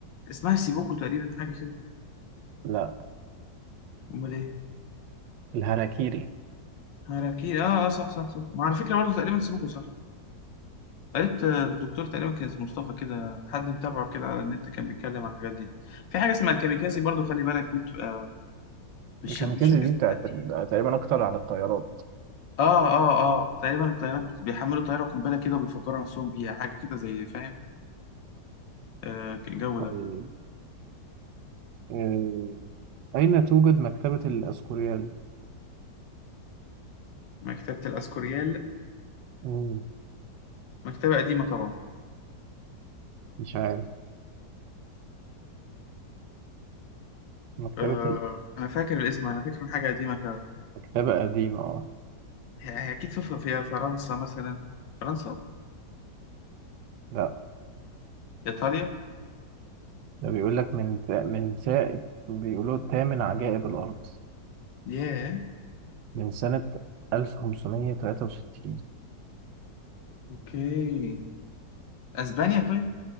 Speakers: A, on the left; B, on the right.
A: اسمها سيبوكو تقريبا حاجة كده
B: لا
A: أمال إيه
B: الهاراكيري
A: هاراكيري آه آه صح صح صح ما على فكرة برضه تقريبا سيبوكو صح قريت آه، الدكتور تقريبا كان اسمه مصطفى كده حد متابعه كده على النت كان بيتكلم عن الحاجات دي في حاجة اسمها الكاميكازي برضه خلي بالك دي بتبقى مش
B: الكاميكازي
A: مش فاكر
B: دي
A: صدقني
B: بتاعت ال- تقريبا اكتر على الطيارات
A: آه آه آه تقريبا الطيارات بت- بيحملوا طيارة قنبلة كده وبيفجروا نفسهم بيها حاجة كده زي فاهم آه الجو
B: طيب،
A: ده
B: آه، أين توجد مكتبة الأسكوريال؟
A: مكتبة الأسكوريال
B: مم،
A: مكتبة قديمة طبعا
B: مش عارف مكتبة
A: آه أنا فاكر الاسم أنا فاكر إن حاجة قديمة
B: كتابة قديمة اه
A: هي هي أكيد في في- فيها فرنسا مثلا فرنسا
B: لا
A: إيطاليا
B: ده بيقول لك من تا- من ساعة بيقولوا تامن عجائب الأرض
A: ياه
B: من سنة 1563
A: أوكي أسبانيا طيب